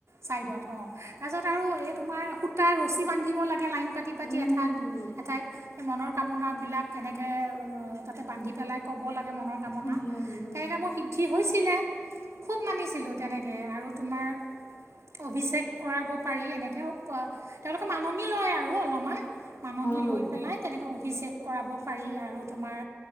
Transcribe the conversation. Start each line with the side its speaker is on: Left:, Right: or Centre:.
Right: ছাইডত অহ তাৰপিছত আৰু এই তোমাৰ সূ তাৰ ৰছী বান্ধিব লাগে লাইন পাতি পাতি
Left: উম,
Right: এঠাইত,
Left: উম,
Right: এঠাইত সেই মনৰ কামনাবিলাক এনেকে তাতে বান্ধি পেলাই ক'ব লাগে। মনৰ কামনা।
Left: উম, উম,
Right: তেনেকে মই সি সিদ্ধি হৈছিলে। খুব মানিছিলোঁ তেনেকৈ আৰু তোমাৰ অভিষেক কৰাব পাৰি এনেকে তেওঁলোকে মাননি লয় আৰু অলপমান মাননি
Left: উম,
Right: লৈ পেলাই তেনেকৈ অভিষেক কৰাব পাৰি আৰু তোমাৰ